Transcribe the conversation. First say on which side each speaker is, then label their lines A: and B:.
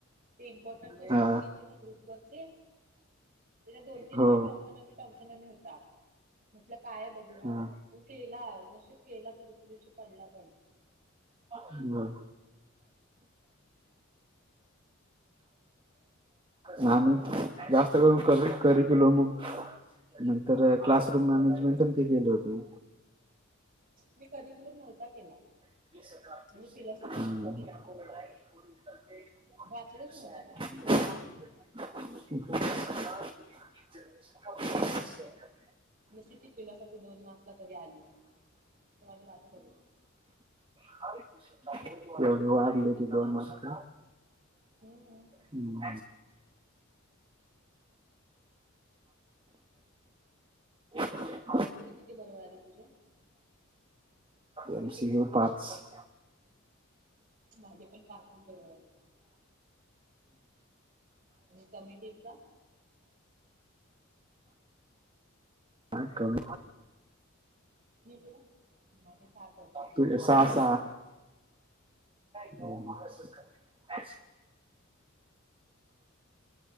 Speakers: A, on the right; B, on the right.
A: ते इम्पॉर्टंट क्वेश्चन
B: हा
A: बघितले ना ग्रुप वरचे त्याच्यात दोन, तीन
B: हो
A: वेळा टवसनमी टवसनमी होता म्हटलं काय बघूया.
B: हा
A: तो केला नशीब केला तर दुसऱ्या दिवशी पडला पण.
B: हम्म. <inaudible> हा बोल की जास्त करून क करी तुला मोठ नंतर क्लासरूम मॅनेजमेंट
A: हम्म
B: ते गेले होते.
A: मी कधी क्लीम नव्हता केला.
B: ह.
A: आणि फिलॉसॉफी नव्हता केला
B: <inaudible>
A: वाचलंच नव्हतं काय
B: <inaudible> <inaudible>
A: नशिब ती फिलॉसॉफी दोन मार्क्स ला तरी आली ते माझे वाटत होते.
B: तेवढे वाढले ते दोन
A: पण आली
B: मार्क.
A: हम्म
B: हम्. ल <inaudible>
A: एनसीटू किती बरोबर आहे तुझ्या.
B: एमसीयू पाच. <inaudible> <inaudible>
A: माझे पण पाचच बरोबर आले आणि कमिटीला
B: काय करू.
A: कमिटीला माझे सात आहेत कमिटीला
B: तू ये सहा सहा. म महाराष्ट्र काय. ॅ <inaudible>